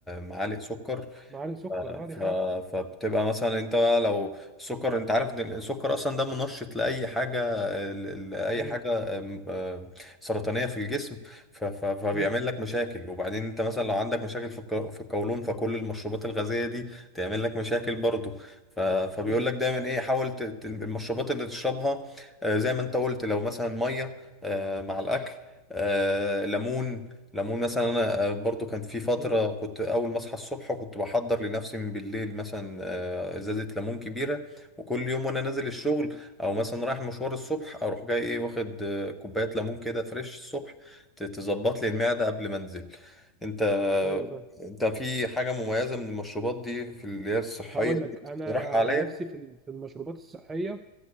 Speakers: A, in the centre; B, on the right (about 15°).
A: معالق سكر
B: معالق سكر اه دي
A: ف...
B: حقيقه
A: فبتبقى مثلا انت بقى لو السكر انت عارف ان السكر اصلا ده منشط لاي حاجه ل- لاي
B: مم.
A: حاجه ام- ام سرطانيه في الجسم ف... ف... فبيعمل
B: مم.
A: لك مشاكل وبعدين انت مثلا لو عندك مشاكل في الق- في القولون فكل المشروبات الغازيه دي تعمل لك مشاكل برضو ف... فبيقول
B: مم.
A: لك دايما ايه حاول ت... ت- المشروبات اللي تشربها آه، زي ما انت قلت لو مثلا ميه آه، مع الاكل آه، ليمون ليمون مثلا انا آه، برضو كانت في فتره
B: مم.
A: كنت اول ما اصحى الصبح كنت بحضر لنفسي من بالليل مثلا آه، ازازه ليمون كبيره وكل يوم وانا نازل الشغل او مثلا رايح مشوار الصبح اروح جاي ايه واخد آه، كوبايه ليمون كده فريش الصبح ت- تظبط لي المعده قبل ما انزل انت
B: ايوه فاهم
A: انت في حاجه مميزه من المشروبات دي في اللي هي الصحيه
B: هقول لك
A: دي تقترحها
B: انا
A: عليا
B: عن نفسي في ال- في المشروبات الصحيه